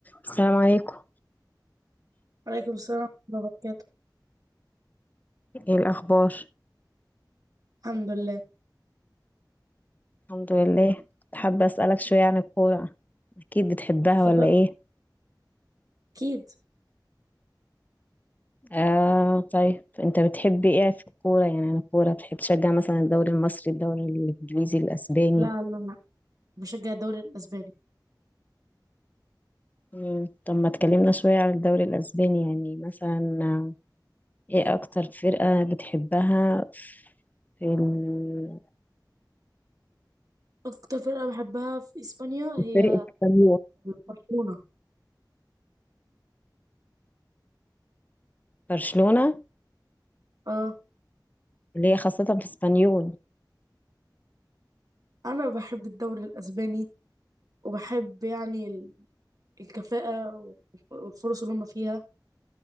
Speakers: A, on the left; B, on the right.
A: السلام عليكم
B: وعليكم السلام ورحمة الله وبركاته
A: ايه الاخبار
B: الحمد لله
A: الحمد لله حابه اسالك شويه عن الكوره اكيد بتحبها
B: اتفضل
A: ولا ايه
B: أكيد
A: آه طيب انت بتحب ايه في الكوره يعني عن الكوره بتحب تشجع مثلا الدوري المصري الدوري الانجليزي الاسباني
B: لا لا لا بشجع الدوري الأسباني
A: مم. طب ما تكلمنا شويه عن الدوري الاسباني يعني مثلا آه، ايه اكتر فرقه بتحبها في ال-
B: أكتر فرقة بحبها في إسبانيا هي
A: فرقة اسبانيول
B: برشلونة
A: برشلونه
B: اه
A: اللي هي خاصه في اسبانيول
B: أنا بحب الدوري الأسباني وبحب يعني ال- الكفاءة والفرص اللي هم فيها